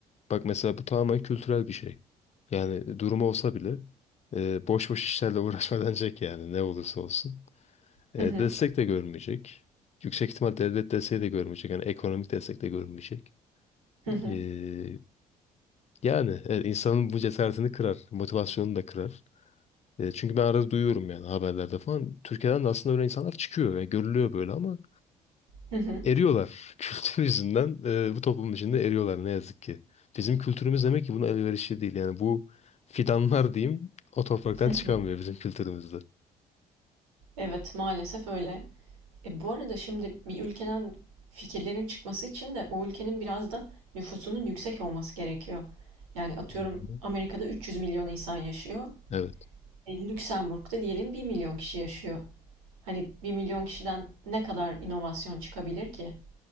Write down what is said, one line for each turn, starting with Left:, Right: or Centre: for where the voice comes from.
Left: Bak mesela bu tamamen kültürel bir şey. Yani durumu olsa bile e, boş boş işlerle <laughs> uğraşmadanacak yani ne olursa olsun. E,
Right: Hı hı.
Left: destek de görmeyecek. Yüksek ihtimal devlet desteği de görmeyecek. Yani ekonomik destek de görmeyecek.
Right: Hı hı.
Left: E, yani evet, insanın bu cesaretini kırar. Motivasyonunu da kırar. E, çünkü ben arada duyuyorum yani haberlerde falan. Türkiye'den de aslında öyle insanlar çıkıyor ve görülüyor böyle ama
Right: Hı hı.
Left: eriyorlar. <laughs> Kültür yüzünden e, bu toplum içinde eriyorlar ne yazık ki. Bizim kültürümüz demek ki buna elverişli değil. Yani bu fidanlar diyeyim o topraktan
Right: Hı hı.
Left: çıkamıyor bizim kültürümüzde.
Right: Evet, maalesef öyle. E, bu arada şimdi bir ülkeden fikirlerin çıkması için de o ülkenin biraz da nüfusunun yüksek olması gerekiyor. Yani atıyorum
Left: Hı hı.
Right: Amerika'da 300 milyon insan yaşıyor.
Left: Evet.
Right: E, Lüksemburg'da diyelim bir milyon kişi yaşıyor. Hani bir milyon kişiden ne kadar inovasyon çıkabilir ki?